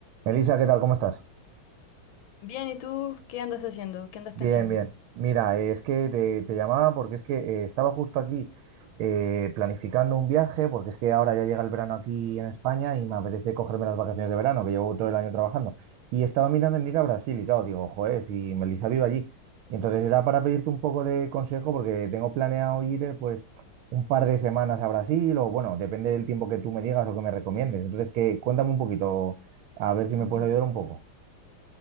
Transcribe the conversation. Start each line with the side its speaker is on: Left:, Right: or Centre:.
Right: Melissa, ¿qué tal? ¿Cómo estás?
Left: Bien, ¿y tú qué andas haciendo? ¿Qué andas
Right: Bien,
Left: pensando?
Right: bien. Mira, eh, es que te, te llamaba porque es que eh, estaba justo aquí eh, planificando un viaje, porque es que ahora ya llega el verano aquí en España y me apetece cogerme las vacaciones de verano, que llevo todo el año trabajando. Y estaba mirando en ir a Brasil y claro, digo, joder, si Melissa vive allí. Y entonces era para pedirte un poco de consejo porque tengo planeado ir eh, pues un par de semanas a Brasil o bueno, depende del tiempo que tú me digas o que me recomiendes. Entonces, que cuéntame un poquito, a ver si me
Left: Ujú.
Right: puedes ayudar un poco.